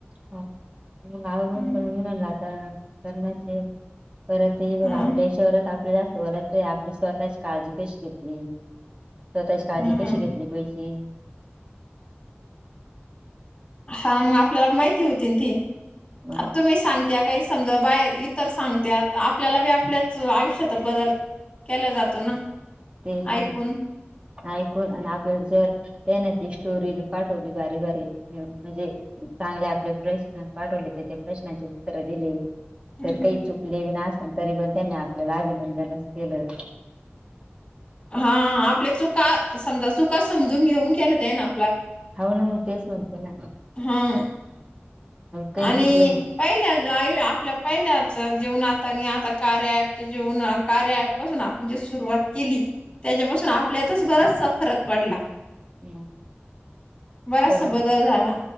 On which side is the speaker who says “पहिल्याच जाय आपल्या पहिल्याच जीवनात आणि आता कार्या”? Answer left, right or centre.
Left